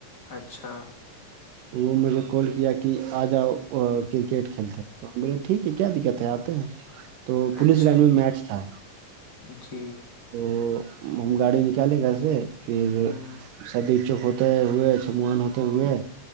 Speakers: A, on the left; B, on the right.
A: اچھا
B: وہ مجھے کال کیا کہ آ جاؤ کرکٹ کھیلتے ہیں تو ہم بولے ٹھیک ہے کیا دقت ہے آتے ہیں تو پولیس
A: اچھا
B: لائن میں میچ تھا
A: جی
B: تو ہم گاڑی نکالے گھر سے پھر
A: ہوں
B: سدیچک ہوتے ہوئے چوان ہوتے ہوئے